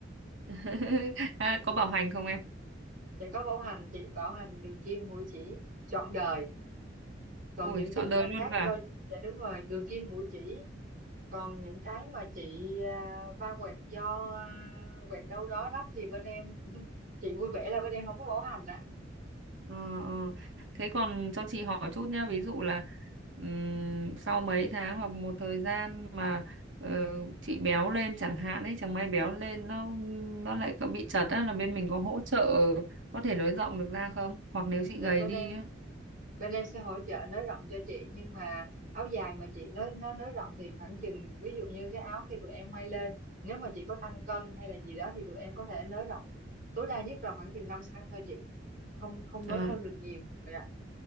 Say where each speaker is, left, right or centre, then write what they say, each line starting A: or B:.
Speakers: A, on the right; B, on the right.
A: <laughs> À, có bảo hành không em?
B: Dạ có bảo hành chị, bảo hành đường kim mũi chỉ trọn đời. Còn
A: Ui,
B: những
A: chọn
B: trường
A: đời
B: hợp
A: luôn
B: khác
A: cơ
B: do,
A: à?
B: dạ đúng rồi, đường kim mũi chỉ. Còn những cái mà chị ờ, va quẹt do ờ, quẹt đâu đó rách thì bên em, <laughs> chị vui vẻ là bên em không có bảo hành ạ.
A: Ờ, ờ. Thế còn cho chị hỏi chút nhé, ví dụ là ừm, sau mấy tháng hoặc một thời gian mà ờ, chị béo lên chẳng hạn ấy, chẳng may béo lên nó nó lại có bị chật á là bên mình có hỗ trợ có thể nới rộng được ra không? Hoặc nếu chị
B: Dạ
A: gầy
B: bên
A: đi
B: em
A: á.
B: bên em sẽ hỗ trợ nới rộng cho chị nhưng mà áo dài mà chị nó nó nới rộng thì khoảng chừng ví dụ như cái áo khi tụi em may lên nếu mà chị có tăng cân hay là gì đó thì tụi em có thể nới rộng tối đa nhất là khoảng chừng 5 cm thôi chị không không nối
A: Ờ,
B: hơn được nhiều rồi ạ